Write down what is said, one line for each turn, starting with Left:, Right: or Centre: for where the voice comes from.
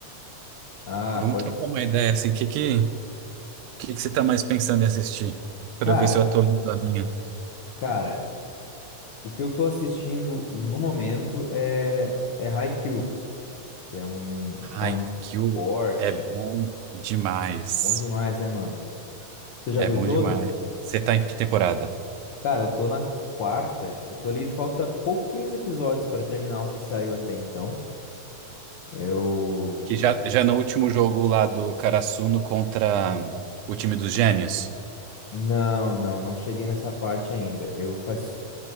Left: ah,
Right: vamos
Left: pode.
Right: trocar uma ideia, assim, o que que, que que você tá mais pensando em assistir? Pra
Left: Cara,
Right: ver se eu atualizo a minha.
Left: cara, o que eu tô assistindo no momento é é Haikyuu, que é um
Right: Haikyuu
Left: que é um anime de esporte.
Right: é bom demais.
Left: Bom demais, né, mano? Você já
Right: É
Left: viu
Right: bom
Left: todo?
Right: demais. Você tá em que temporada?
Left: Cara, eu tô na quarta. Eu tô ali, falta pouquinhos episódios pra terminar o que saiu até então. Eu
Right: Que já, já no último jogo lá do Karasuno contra o time dos Gêmeos.
Left: não, não, não cheguei nessa parte ainda. Eu faz